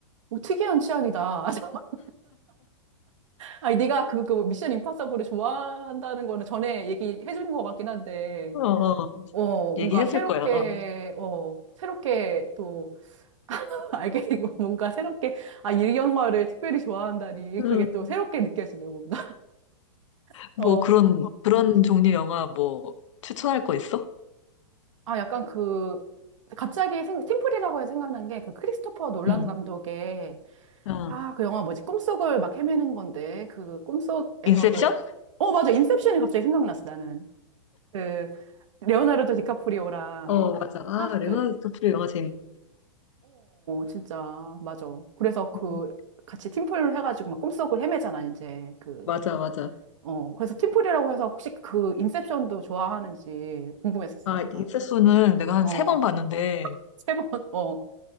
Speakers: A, on the right; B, on the left.
A: 오, 특이한 취향이다. <laughs> 아니, 네가 그, 그 미션 임파서블을 좋아한다는 거는 전에 얘기해 준 것 같긴 한데,
B: 어, 어,
A: 어, 뭔가
B: 얘기했을
A: 새롭게,
B: 거야. 어.
A: 어, 새롭게 또 <laughs> 알게 되고 뭔가 새롭게 아일영화를 특별히 좋아한다니
B: 음,
A: 그게 또 새롭게 느껴지네 뭔가 <laughs>
B: 뭐
A: 어
B: 그런, 그런 종류 영화 뭐 추천할 거 있어?
A: 아 약간 그 갑자기 생, 팀플이라고 해서 생각난 게 그 크리스토퍼 놀란
B: 응
A: 감독의
B: 어,
A: 아 그 영화 뭐지 꿈속을 막 헤매는 건데 그 꿈속에서
B: 인셉션?
A: 그 어 맞아 인셉션이 갑자기 생각났어 나는 그 레오나르도 디카프리오랑
B: 어, 맞아. 아,
A: 그막그어
B: 레오나르도 디프리오 영화 재밌지.
A: 진짜 맞아 그래서 그
B: 음,
A: 같이 팀플 해가지고 막 꿈속을 헤매잖아 이제 그
B: 맞아, 맞아.
A: 어, 그래서 팀플이라고 해서 혹시 그 인셉션도 좋아하는지 궁금했었어,
B: 아,
A: 약간.
B: 인셉스는 내가 한
A: 어,
B: 세 번 봤는데,
A: 세 번, 어.